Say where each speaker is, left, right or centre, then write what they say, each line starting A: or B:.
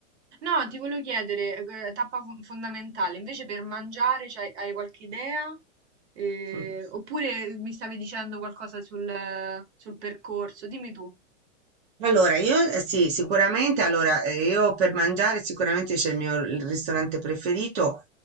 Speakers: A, on the right; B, on the right.
A: No, ti volevo chiedere, eh, tappa fo- fondamentale, invece per mangiare c'hai- hai qualche idea? Eh,
B: <laughs>
A: oppure mi stavi dicendo qualcosa sul, sul percorso? Dimmi tu.
B: Allora, io eh, sì, sicuramente, allora, eh, io per mangiare sicuramente c'è il mio il ristorante preferito